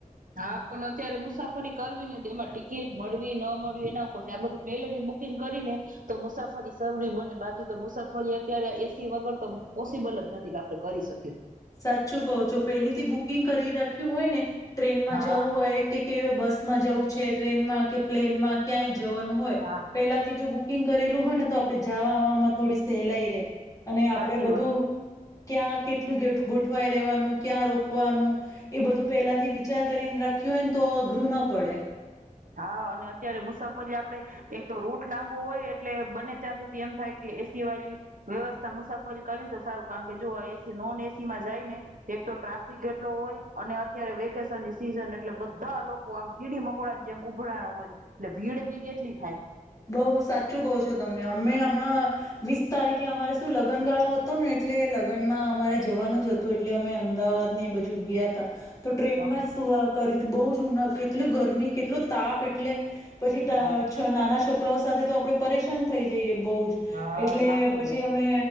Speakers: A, on the right; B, on the left.
A: હા પણ અત્યારે મુસાફરી કરવી ને તો એમાં ટિકિટ મળવી ન મળવી એના ઉપર છે, આ બધું પહેલેથી બુકિંગ કરી ને તો મુસાફરી જરૂરી બને બાકી તો મુસાફરી અત્યારે એસી વગર તો પોસિબલ જ નથી કે આપડણે કરી શકીએ.
B: સાચું કહો છો પેલીથી બુકિંગ કરી રાખ્યું હોય ને ટ્રેનમાં
A: હા
B: જવું હોય કે કે બસ માં જવું છે ટ્રેનમાં કે પ્લેન માં ક્યાંય જવાનું હોય
A: હા
B: પેલાથી જો બુકિંગ બુકિંગ કરેલું હોય ને તો આપડણે જવા આવવામાં થોડી સહેલાઈ રહેે. અને આપડે
A: સાચી
B: બધું
A: વાત છે.
B: ક્યાં કેટલું ગેટ ગોઠવાઈ રહેવાનું ક્યાં રોકવાનું એ બધું પહેલાથી વિચાર કરીને રાખ્યું હોય ને તો અઘરું ના પડે.
A: હા અને અત્યારે મુસાફરી આપડે એક તો રૂટ લાંબો હોય એટલે બને ત્યાં સુધી એમ થાય કે એસી વાળી વ્યવસ્થા મુસાફરી કરી તો સારું કારણ કે જો એસી નોન એસી માં જાય ને એક તો ટ્રાફિક એટલો હોય અને અત્યારે વેકેશનની સિઝન એટલે બધા લોકો આમ કીડી મકડા ની જેમ જેમ ઉભરા હોય ને ભીડ ભી કેટલી થાય.
B: બઉ સાચું કહો છો તમે અમે હમણાં વીસ તારીખે અમારે શું લગ્નગાળો હતો ને એટલે લગ્નમાં અમારે જવાનું જ હતું એટલે અમે અમદાવાદ ને એ બાજુ ગયા ત તો ટ્રેનમાં
A: હા
B: જ શું કરી બહુ જુન કેટલું ગરમી કેટલો તાપ એટલે. પછી
A: હા
B: છ નાના. છોકરાઓ સાથે તો આપડે પરેશાન થઈ જઈએ. બહુ જ
A: હા
B: એટલે
A: ના ગમે
B: પછી અમે.